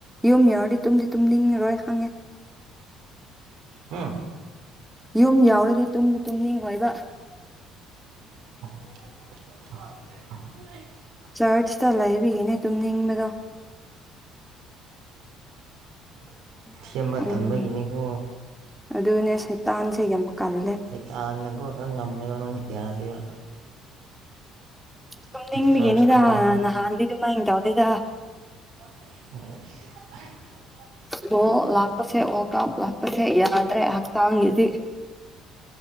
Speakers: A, in the centre; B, on the right (about 70°).
A: ꯌꯨꯝ ꯌꯥꯎꯔꯗꯤ ꯇꯨꯝꯗꯤ ꯇꯨꯝꯅꯤꯡꯉꯔꯣꯏ ꯈꯪꯉꯦ
B: ꯍꯨ
A: ꯌꯨꯝ ꯌꯧꯔꯗꯤ ꯇꯨꯝꯗꯤ ꯇꯨꯝꯅꯤꯡꯉꯣꯏꯕ
B: <unintelligible>
A: ꯆꯔꯆꯇ ꯂꯩꯕꯒꯤꯅꯦ ꯇꯨꯝꯅꯤꯡꯕꯗꯣ <inaudible>
B: ꯊꯦꯝꯕ
A: ꯎꯝ
B: ꯇꯟꯕꯒꯤꯅꯤꯀꯣ
A: ꯑꯗꯨꯅꯦ ꯁꯩꯇꯥꯟꯁꯦ ꯌꯥꯝ ꯀꯜꯂꯦ
B: ꯁꯩꯇꯥꯟꯅꯀꯣ ꯈꯔ ꯉꯝꯃꯦꯕ ꯌꯥꯗꯦꯕ
A: ꯇꯨꯝꯅꯤꯡꯕꯒꯤꯅꯤꯗ
B: ꯆꯥꯔꯖ ꯀꯥꯕꯗꯣ
A: ꯅꯍꯥꯟꯗꯤ ꯗꯨꯃꯥꯏ ꯇꯧꯗꯦꯗ
B: ꯑꯣꯏ
A: ꯕꯣꯜ ꯂꯥꯛꯄꯁꯦ ꯋꯥꯔꯜ ꯀꯞ ꯂꯥꯛꯄꯁꯦ ꯌꯥꯗ꯭ꯔꯦ ꯍꯛꯆꯥꯡꯖꯤꯗꯤ